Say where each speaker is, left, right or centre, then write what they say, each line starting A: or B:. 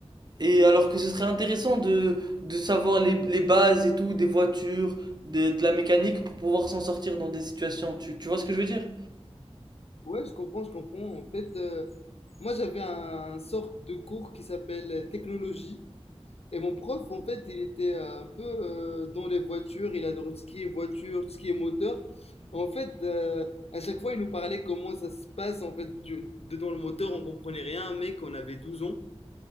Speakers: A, on the right; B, on the left.
A: Et alors que ce serait intéressant de, de savoir les, les bases et tout, des voitures, de, de la mécanique pour pouvoir s'en sortir dans des situations. Tu, tu vois ce que je veux dire?
B: Ouais, je comprends, je comprends. En fait, euh, moi j'avais un sorte de cours qui s'appelle euh, technologie. Et mon prof, en fait, il était euh, un peu euh, dans les voitures. Il adorait tout ce qui est voiture, tout ce qui est moteur. En fait, euh, à chaque fois, il nous parlait comment ça se passe en fait du- dedans le moteur. On comprenait rien, mec, on avait 12 ans.